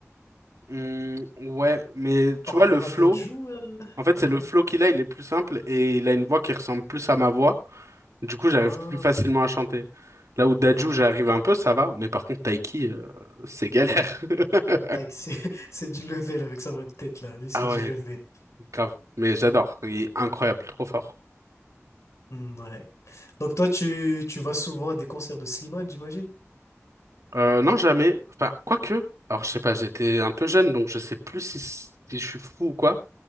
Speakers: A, on the right; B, on the left.
A: Hmm, ouais, mais
B: par
A: tu
B: rapport
A: vois, le flow,
B: à Dadju. euh.
A: en fait,
B: Mhm.
A: c'est le flow qu'il a, il est plus simple et il a une voix qui ressemble plus à ma voix. Du coup, j'arrive
B: Ah,
A: plus facilement à chanter. Là où Dadju,
B: ah,
A: j'arrive
B: d'accord.
A: un peu, ça va, mais par contre, Taiki, euh, c'est galère.
B: Ah ouais.
A: <laughs>
B: Taïk, c'est <laughs> c'est du level avec sa voix de tête, là. Lui, c'est
A: Ah
B: du
A: ouais,
B: level.
A: grave. Mais j'adore, il est incroyable, trop fort.
B: Hmm, ouais. Donc, toi, tu, tu vas souvent à des concerts de Slimane, j'imagine?
A: Euh, non, jamais. Enfin, quoique. Alors, je sais pas, j'étais un peu jeune, donc je sais plus si, si je suis fou ou quoi.